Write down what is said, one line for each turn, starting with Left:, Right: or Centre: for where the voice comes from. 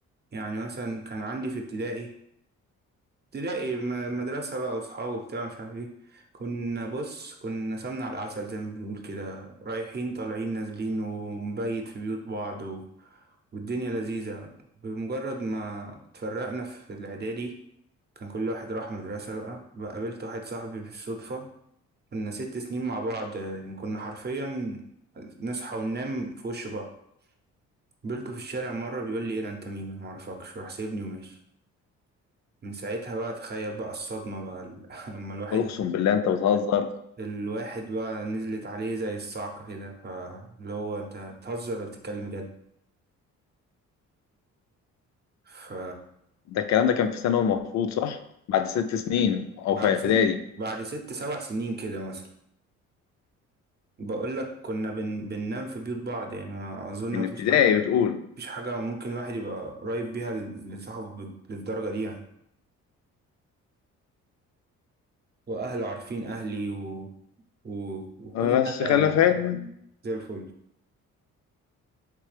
Right: يعني مثلا كان عندي في ابتدائي ابتدائي م- مدرسه بقى واصحاب وبتاع مش عارف ايه كنا بص كنا سمنه على العسل زي ما بنقول كده رايحين طالعين نازلين ومبيت في بيوت بعض و... والدنيا لذيذه بمجرد ما اتفرقنا في الاعدادي كان كل واحد راح مدرسه بقى بقى قابلت واحد صاحبي بالصدفه كنا ست سنين مع بعض يعني كنا حرفيا نصحى وننام في وش بعض قابلته في الشارع مرة بيقول لي ايه ده انت مين انا معرفكش راح سايبني وماشي من ساعتها بقى تخيل بقى الصدمة بقى ال- <laughs> لما الواحد
Left: قول اقسم بالله انت بتهزر
Right: الواحد بقى نزلت عليه زي الصعقة كده فاللي هو انت بتهزر ولا بتتكلم جد ف
Left: ده الكلام ده كان في ثانوي المفروض صح بعد ست سنين او
Right: بعد
Left: في اعدادي
Right: ست بعد ست سبع سنين كده مثلا بقول لك كنا بن... بننام في بيوت بعض يعني ما اظن
Left: من
Right: مفيش
Left: ابتدائي
Right: حاجه
Left: بتقول
Right: مفيش حاجه ممكن الواحد يبقى قريب بيها ل- لصاحبه بال- للدرجه دي يعني واهله عارفين اهلي و... و... وكل
Left: آه، بس
Right: حاجه
Left: خلي
Right: يعني
Left: في علمك
Right: زي الفل